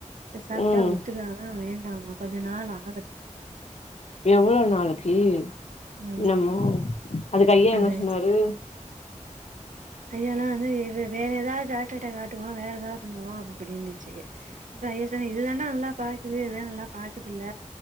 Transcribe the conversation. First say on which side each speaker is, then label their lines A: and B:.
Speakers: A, on the right; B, on the left.
A: து சாப்டா
B: ம்
A: ஒத்துக்கா ஆ வேண்டாமா கொஞ்ச நாள் ஆகட்டுமா
B: எவ்ளோ நாளைக்கி என்னமோ
A: ம்
B: அதுக்கு ஐயா என்ன
A: அது
B: சொன்னாரு
A: ஐயால்லா வந்து வே வேற ஏதாவது டாக்டர்ட்ட காட்டுவோ வேற ஏதாவது பண்ணுவோ அப்புபுடின்னுச்சி ஜயா சொன்னா இதுதான்டா நல்லா பாக்குது இது தா நல்லா பாக்குதுல்ல